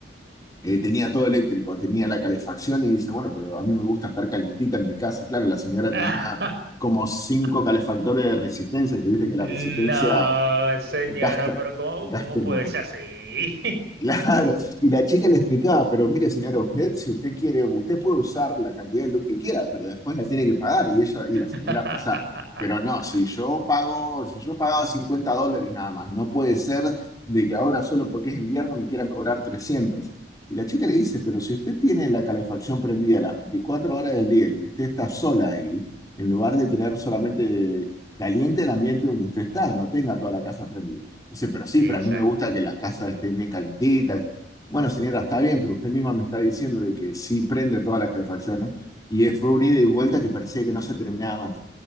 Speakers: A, on the left; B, on the right.
A: eh, tenía todo eléctrico, tenía la calefacción y dice, bueno, pero a mí me gusta estar calentita en mi casa. Claro, la señora
B: Ah,
A: tenía como cinco calefactores
B: <laughs>
A: de resistencia, que viste
B: No,
A: que la resistencia
B: señora,
A: gasta,
B: pero ¿cómo,
A: gasta
B: cómo
A: un
B: puede
A: montón
B: ser así?
A: Claro, y la chica le explicaba, pero mire señora, usted si usted quiere, usted puede usar la cantidad de luz que quiera, pero después la tiene que pagar y ella y
B: <laughs>
A: la señora pesaba, pero no, si yo pago, si yo pagaba 50 dólares nada más, no puede ser de que ahora solo porque es invierno me quieran cobrar trescientos Y la chica le dice, pero si usted tiene la calefacción prendida las 24 horas del día y usted está sola ahí, en lugar de tener
B: Ujú.
A: solamente caliente el ambiente donde usted está, no tenga toda la casa prendida. Dice, pero sí,
B: Exacto.
A: pero a mí me gusta que las casas estén bien calentitas. Bueno, señora, está bien, pero usted misma me está diciendo de que sí prende todas las calefacciones. Y eh, fue un ida y vuelta que parecía que no se terminaba más.